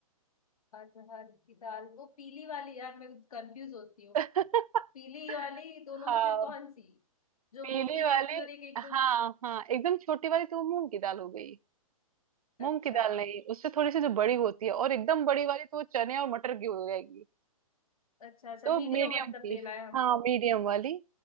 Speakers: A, on the left (about 75°); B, on the right (about 75°).
A: अरहर की दाल वो पीली वाली यार मैं कंफ्यूज होती हूँ
B: <laughs>
A: पीली वाली दोनों
B: हाँ
A: में से कौन सी जो
B: पीली
A: मोटी
B: वाली
A: रहती है और एक एकदम
B: हाँ हाँ एकदम छोटी वाली तो वो मूंग की दाल हो गई
A: अच्छा
B: मूंग की दाल नहीं उससे थोड़ी सी जो बड़ी होती है और एकदम बड़ी वाली तो वो चने और मटर की हो जाएगी
A: अच्छा अच्छा
B: तो
A: मीडियम
B: मीडियम
A: मतलब
B: की
A: लेना है हमको
B: हाँ मीडियम वाली